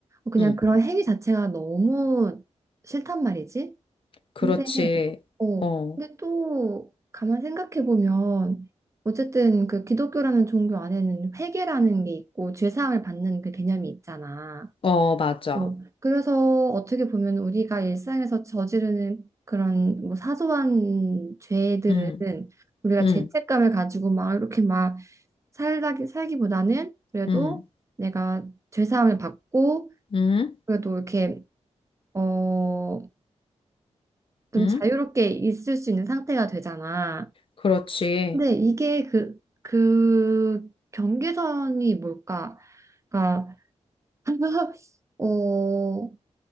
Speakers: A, on the right; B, on the left.
A: 그냥
B: 응,
A: 그런 행위 자체가 너무 싫단 말이지. 근데
B: 그렇지.
A: 어,
B: 어,
A: 근데 또 가만 생각해 보면 어쨌든 그 기독교라는 종교 안에는 회개라는 게 있고 죄사함을 받는 그 개념이 있잖아.
B: 어, 맞아.
A: 어, 그래서 어떻게 보면 우리가 일상에서 저지르는 그런 뭐 사소한 죄들은
B: 응,
A: 우리가
B: 응,
A: 죄책감을 가지고 막 이렇게 막 살다 살기보다는 그래도
B: 응,
A: 내가 죄사함을 받고
B: 응,
A: 그래도 이렇게 어, 좀
B: 응,
A: 자유롭게 있을 수 있는 상태가 되잖아.
B: 그렇지.
A: 근데 이게 그, 그 경계선이 뭘까? 그러니까, <laughs> 어,